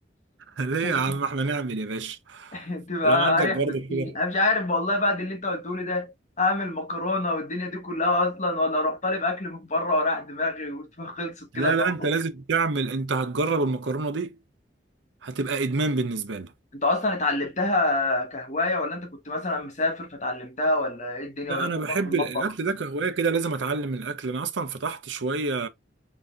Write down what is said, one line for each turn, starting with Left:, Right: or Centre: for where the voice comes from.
Right: <laughs> ليه
Left: <laughs>
Right: يا عم احنا نعمل يا باشا
Left: <laughs> تبقى
Right: لو عندك
Left: اريح
Right: برضو
Left: بكتير
Right: كده
Left: انا مش عارف والله بعد اللي انت قلته لي ده اعمل مكرونه والدنيا دي كلها اصلا ولا اروح طالب اكل من بره وراح دماغي وخلصت <laughs>
Right: لا
Left: كده جبر.
Right: لا انت لازم تعمل انت هتجرب المكرونه دي هتبقى ادمان بالنسبه لك
Left: انت اصلا اتعلمتها كهوايه ولا انت كنت مثلا مسافر فتعلمتها ولا ايه الدنيا
Right: لا
Left: ولا انت
Right: انا
Left: بتقف
Right: بحب
Left: في المطبخ
Right: الاكل ده كهوايه كده لازم اتعلم الاكل انا اصلا فتحت شويه